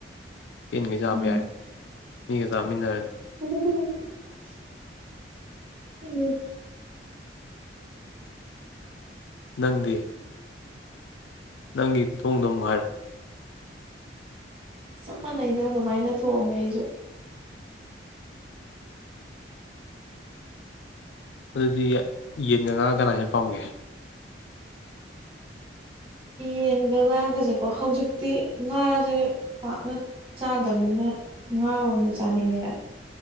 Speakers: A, on the left; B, on the right.
A: ꯄꯦꯟꯒꯩ ꯆꯥꯕ
B: ꯎꯝ
A: ꯌꯥꯏ꯫ ꯃꯤꯒ ꯆꯃꯤꯟꯅꯔ
B: <unintelligible> ꯎꯝ꯫
A: ꯅꯪꯗꯤ꯫ ꯅꯪꯒꯤ ꯈꯨꯊꯣꯡꯗꯣ ꯑꯃꯨꯛ ꯍꯥꯏꯔꯣ꯫
B: ꯆꯞ ꯃꯥꯟꯅꯩꯗ ꯑꯗꯨꯃꯥꯏꯅ ꯊꯣꯡꯉꯦ ꯑꯩꯖꯨ꯫
A: ꯑꯗꯨꯗꯤ ꯌꯦꯟꯒ ꯉꯥꯒ ꯀꯅꯥꯅ ꯍꯦꯟ ꯄꯥꯝꯒꯦ꯫
B: ꯌꯦꯟꯒ ꯉꯥꯒꯁꯦꯀꯣ ꯍꯧꯖꯤꯛꯇꯤ ꯉꯥꯖꯦ ꯄꯥꯛꯅ ꯆꯥꯗꯝꯅꯤꯅ ꯉꯥ ꯑꯣꯏꯅ ꯆꯥꯅꯤꯡꯉꯦ꯫